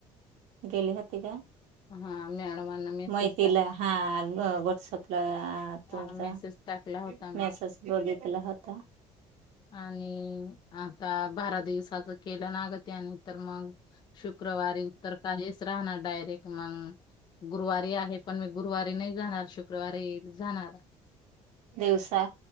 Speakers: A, on the right; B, on the left.
A: गेली होती का
B: हा मॅडमांना मेसेज
A: मै तिला हा पला
B: टाकला
A: तुमचा
B: हा मेसेज टाकला होता मी
A: मेसेज बघितला होता
B: आणि आता बारा दिवसाच केलं नाग त्यान तरर मग शुक्रवारी उत्तर काच राहणार डायरेक्ट मग गुरुवारी आहे पण मी गुरुवारी नाही जाणार शिको शुक्रवारी जाणार
A: दिवसा